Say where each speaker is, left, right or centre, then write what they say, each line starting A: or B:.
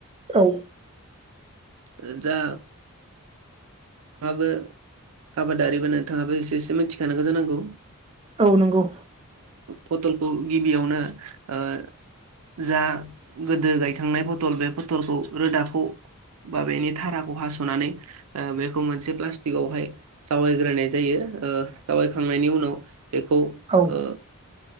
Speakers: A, on the right; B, on the right.
A: औ
B: ओ जा थाङाबो आबादारि बा नोंथाङाबो एसेसो मिथिखानांगौ जानांगौ
A: औ नंगौ
B: फटलखौ गिबियावनो ओ जा गोदो गायखांनाय पथल बे पथलखौ रोदाखौ बा बेनि ताराखौ हास'नानै ओ बेफो रखौ मोनसे पस्टिकवहाय जावायग्रोनाय जायो ओ जावायखांनायनि उनाव बेखौ
A: औ
B: ओ